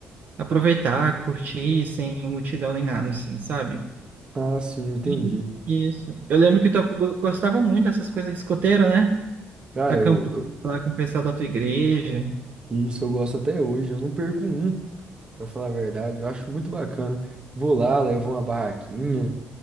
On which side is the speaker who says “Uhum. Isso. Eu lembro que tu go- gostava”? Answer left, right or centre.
Right